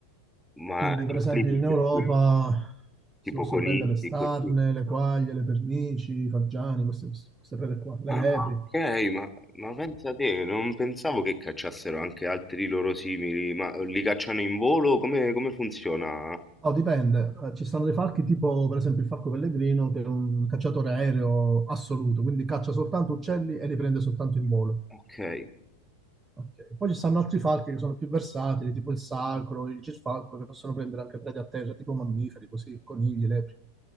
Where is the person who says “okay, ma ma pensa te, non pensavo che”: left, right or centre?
Centre